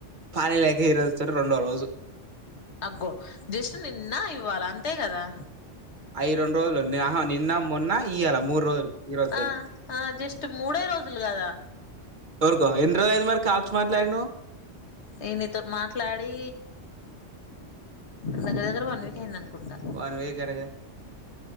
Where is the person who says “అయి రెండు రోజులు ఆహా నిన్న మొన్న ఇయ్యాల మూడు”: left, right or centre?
Right